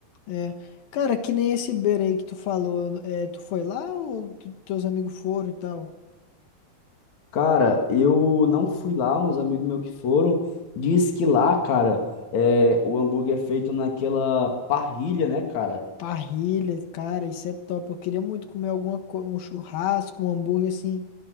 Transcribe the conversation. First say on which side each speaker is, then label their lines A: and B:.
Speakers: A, on the left; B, on the left.
A: É. Cara, que nem esse Iberê aí que tu falou. É, tu foi lá ou tu- teus amigos foram e tal?
B: Cara, eu não fui lá, uns amigos meus que foram, diz que lá, cara, é, o hambúrguer é feito naquela parrilha, né, cara?
A: Parrilha, cara, isso é top. Eu queria muito comer alguma co- um churrasco, um hambúrguer assim,